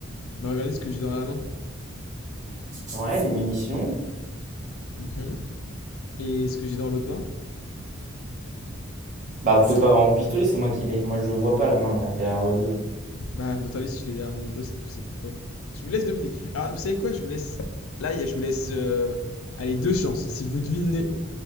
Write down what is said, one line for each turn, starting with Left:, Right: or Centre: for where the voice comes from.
Left: Bah, regardez ce que j'ai dans la main.
Right: Ouais, des munitions.
Left: Mhm. Et ce que j'ai dans l'autre main.
Right: Bah, vous pouvez pas avoir mon pistolet, c'est moi qui l'ai. Moi, je vois pas la main là, derrière votre dos.
Left: Bah, votre avis, si je l'ai derrière mon dos, c'est que- c'est pourquoi. Je vous laisse deviner. Alors, vous savez quoi? Je vous laisse. Là, il y a- je vous laisse. euh, Allez, deux chances. Si vous devinez,